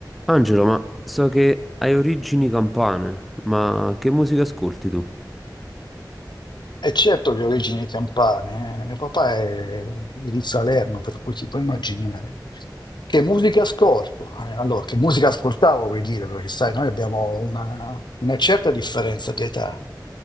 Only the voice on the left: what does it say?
E certo che ho origini campane, eh. Mio papà è, è di Salerno, per cui ti puoi immaginare. Che musica ascolto? Eh, allora, che musica ascoltavo, vuoi dire, perché sai, noi abbiamo una, una certa differenza di età.